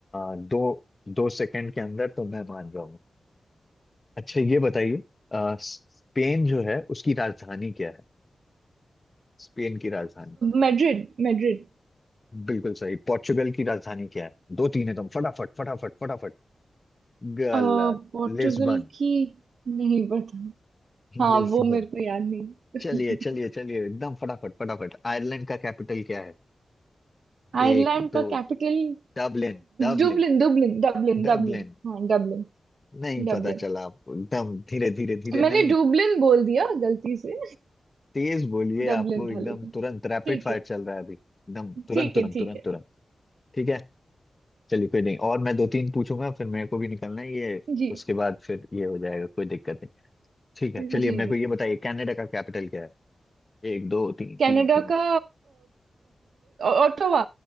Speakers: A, on the left; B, on the right.
A: दो दो सेकंड के अंदर तो मैं मान जाऊंगा अच्छा ये बताइए अ, स्पेन जो है उसकी राजधानी क्या है स्पेन की राजधानी
B: Madrid Madrid
A: बिल्कुल सही पोर्चुगल की राजधानी क्या है दो तीन एकदम फटाफट फटाफट फटाफट गलत
B: अ, पोर्टुगल
A: लिस्बन
B: की नहीं पता हाँ
A: लिस्बन
B: वो मेरे को याद नहीं <laughs>
A: चलिए चलिए चलिए एकदम फटाफट फटाफट आयरलैंड का कैपिटल क्या है
B: आयरलैंड
A: एक दो
B: का capital
A: डबलिन डबलिन
B: Dublin Dublin Dublin
A: डबलिन
B: Dublin हाँ डबलिन
A: नहीं
B: डबलिन
A: पता चला आपको एकदम धीरे धीरे धीरे
B: मैंने
A: नहीं
B: डुबलिन बोल दिया गलती से
A: तेज
B: <laughs>
A: बोलिए
B: डबलिन
A: आपको
B: था
A: एकदम
B: लेकिन
A: तुरंत रैपिड
B: ठीक
A: फायर
B: है
A: चल रहा है अभी एकदम तुरंत
B: ठीक
A: तुरंत
B: है ठीक
A: तुरंत
B: है
A: तुरंत ठीक है चलिए कोई नहीं और मैं दो तीन पूछूंगा फिर मेरे को भी निकलना है ये
B: जी
A: उसके बाद फिर ये हो जाएगा कोई दिक्कत नहीं ठीक है
B: जी
A: चलिए
B: जी
A: मेरे को ये बताइए कनाडा का कैपिटल क्या है एक दो तीन
B: कनाडा
A: तीन तीन
B: का Ottawa